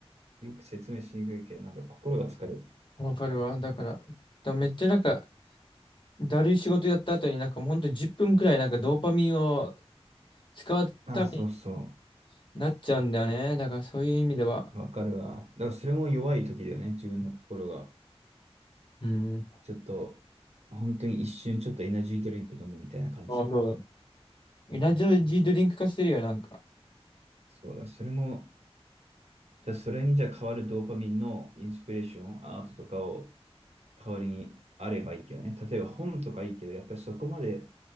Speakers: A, on the right; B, on the left.
A: よく説明しにくいけど、なんか心が疲れる。
B: わかるわ。だから、でもめっちゃなんか、だるい仕事やった後になんかほんと10分くらいなんかドーパミンを使うために
A: ああ、そうそ
B: なっちゃうんだよね。だからそういう意味では、
A: う。わかるわ。だからそれも弱い時だよね、自分の心が。
B: うん。
A: ちょっと、本当に一瞬ちょっとエナジードリンク飲むみたいな感じや。
B: あ、そうだ。エナジードリンク化してるよ、なんか。
A: そうだ、それも、じゃあそれにじゃあ変わるドーパミンのインスピレーション、アートとかを代わりにあればいいけどね。例えば本とかいいけど、やっぱりそこまで